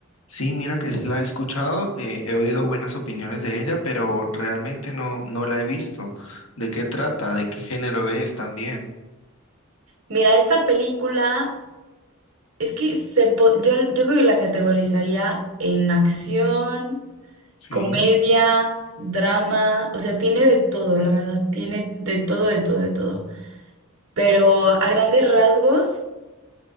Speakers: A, on the left (about 80°); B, on the right (about 70°).
A: Sí, mira que sí la he escuchado, eh, he oído buenas opiniones de ella, pero realmente no, no la he visto. ¿De qué trata? ¿De qué género es también?
B: Mira, esta película es que se po- yo, yo creo que la categorizaría en acción,
A: Sí,
B: comedia, drama, o sea, tiene de todo, la verdad, tiene de todo, de todo, de todo. Pero a grandes rasgos,